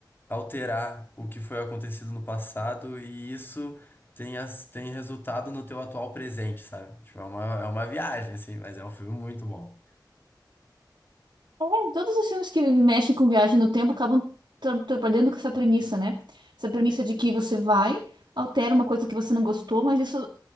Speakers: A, on the left; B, on the right.
A: alterar o que foi acontecido no passado e isso tem, as, tem resultado no teu atual presente, sabe? Tipo, é uma, é uma viagem, assim, mas é um filme muito bom.
B: É, Todos os filmes que mexem com viagem no tempo acabam tra- trabalhando com essa premissa, né? Essa premissa de que você vai, altera uma coisa que você não gostou, mas isso